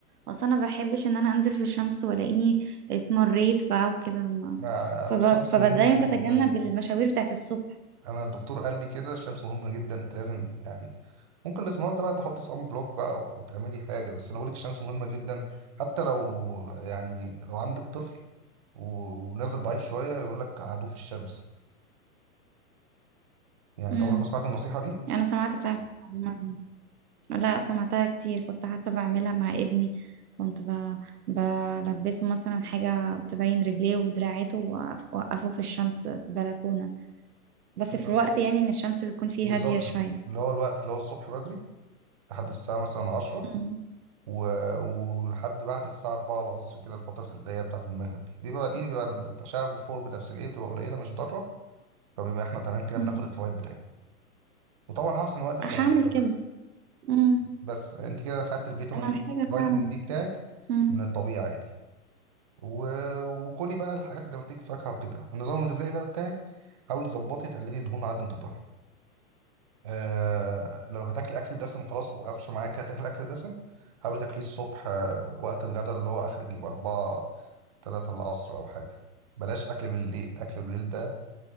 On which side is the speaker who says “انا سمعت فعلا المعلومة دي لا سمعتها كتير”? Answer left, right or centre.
Right